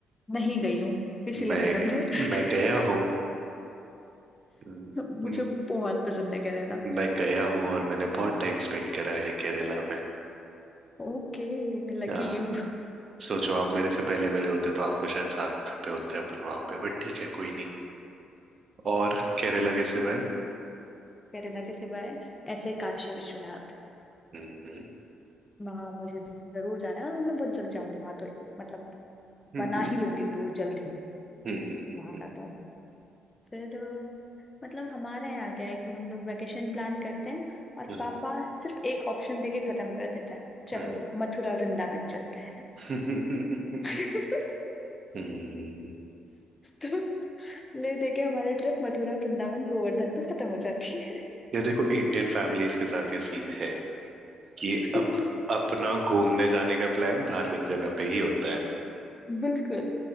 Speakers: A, on the left; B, on the right.
A: नहीं गई हूँ इसीलिए
B: मैं
A: पसंद है
B: मैं गया
A: <laughs>
B: हूँ
A: मुझे बहुत पसंद है Kerala
B: मैं गया हूँ और मैंने बहुत टाइम स्पेंड करा है केरला में
A: Okay Lucky
B: हाँ
A: you
B: सोचो आप मेरे से पहले मिले होते तो आपको शायद साथ पे होते अपन वहां पे बट ठीक है कोई नहीं और केरला के सिवाय
A: Kerala के सिवाय ऐसे काशी विश्वनाथ
B: हम्म, हम्म,
A: वहां मुझे जरूर जाना है और वो मैं बहुत जल्द जाऊंगी वहां तो मतलब
B: हम्म,
A: बना ही लूंगी टूर जल्द ही
B: हम्म, हम्म,
A: वहां का तो फिर मतलब हमारे यहाँ क्या है कि हम लोग वेकेशन प्लान करते हैं और
B: हम्म,
A: पापा सिर्फ एक ऑप्शन देके खत्म कर देता है चलो
B: हम्म,
A: मथुरा वृंदावन चलते हैं
B: हम्म।
A: <laughs>
B: हम्म।
A: तो ले दे के हमारी ट्रिप मथुरा वृंदावन गोवर्धन पे खत्म हो जाती है
B: ये देखो इंडियन फैमिलीज के साथ ये सीन है कि
A: <laughs>
B: अप, अपना घूमने जाने का प्लान धार्मिक जगह पे ही होता है
A: बिल्कुल